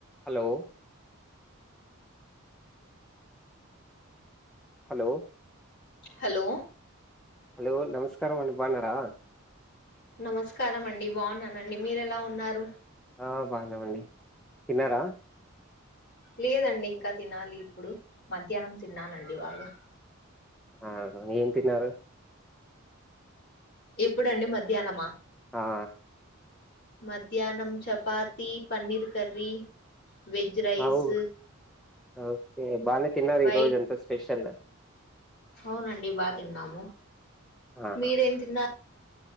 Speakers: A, in the centre; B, on the left (about 55°).
A: Hello hello
B: hello
A: hello నమస్కారం అండి బాగున్నారా
B: నమస్కారం అండి బాగున్నానండి మీరు ఎలా ఉన్నారు
A: ఆ బాగున్నమండి తిన్నారా
B: లేదండి ఇంకా తినాలి ఇప్పుడు మధ్యాహ్నం తిన్నానండి బాగా
A: అగు ఏం తిన్నారు
B: ఎప్పుడుండి మధ్యాహ్నమా
A: ఆ
B: మధ్యాహ్నం చపాతి పన్నీర్ కర్రీ వెజ్ రైస్
A: అవు ఓకే బానే తిన్నార
B: వైట్
A: ఈ రోజు అంతా స్పెషల్
B: అవునండి బాగా తిన్నాము
A: ఆ
B: మీరేం తిన్నారు